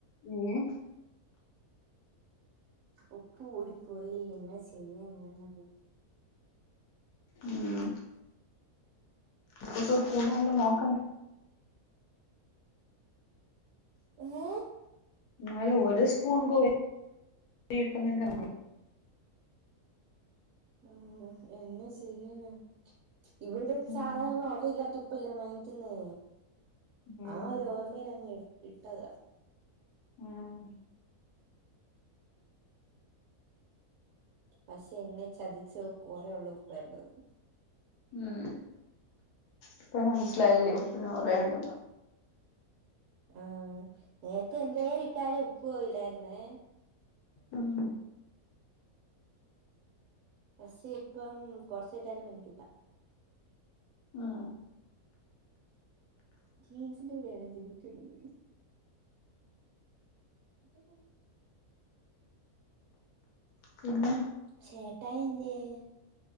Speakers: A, on the left; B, on the right.
A: ഏഹ്
B: ഉപ്പ് കൂടി പോയി എന്നാ ചെയ്യനാണ് അത്
A: ഉം ഉപ്പൊക്കെ കൂടാണ്ട് നോക്ക
B: ഏ
A: എന്നല് ഒരു സ്പൂൺ കോഴ ഇട്ടന്നീ ഇറങ്ങ
B: ഉ എന്നെ ചെയ്യാന ഇവിടെ സാധാരണ
A: ഉം
B: ഉറയില്ലാത്ത ഉപ്പല്ലേ വാങ്ങിക്കുന്നേ
A: ഉം
B: ആ ഒരു ഓർമ്മൽങ്ങ ഇട്ടത
A: മ്
B: പക്ഷെ എന്നെ ചതിച്ച കൊറെേള്ള ഉപ്പായിരുന്നുത്
A: ഉം ഇപ്പ മനസിലായില്ലേ ഉപ്പിനും പറയണ്ടെന്ന്
B: ആഹ നേരത്തെ എന്തായാലും ഇട്ടാലും ഉപ്പ് പോയില്ലായിരുന്നേ
A: ഉം
B: പക്ഷെ ഇപ്പം കൊറച്ചിട്ടാലും ഭയങ്കര ഉപ്പാ
A: ആ
B: ജീൻസിന്റെ കൂടെ ആരാ ജിമുക്ക ഇടുന്നത് ഇതെപ്പം
A: പിന്നെ
B: ചേട്ടായി എന്തിയേ